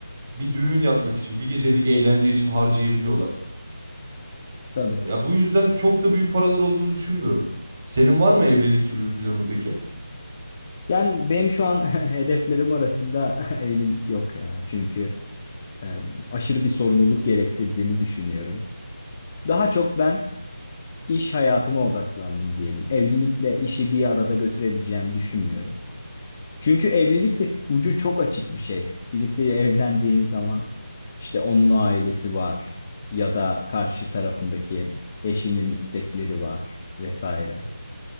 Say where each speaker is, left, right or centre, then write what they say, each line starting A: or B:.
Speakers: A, on the right (about 35°); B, on the left (about 30°).
A: bir düğün yapmak için, bir gecelik eğlence için harcayabiliyorlar.
B: Tabii.
A: Ya bu yüzden çok da büyük paralar olduğunu düşünmüyorum. Senin var mı evlilik gibi bir planın peki?
B: Yani benim şu an <laughs> hedeflerim arasında <laughs> evlilik yok ya. Çünkü e, aşırı bir sorumluluk gerektirdiğini düşünüyorum. Daha çok ben iş hayatıma odaklandım diyelim. Evlilikle işi bir arada götürebileceğimi düşünmüyorum. Çünkü evlilik de ucu çok açık bir şey. Birisiyle evlendiğin zaman işte onun ailesi var ya da karşı tarafındaki eşinin istekleri var vesaire.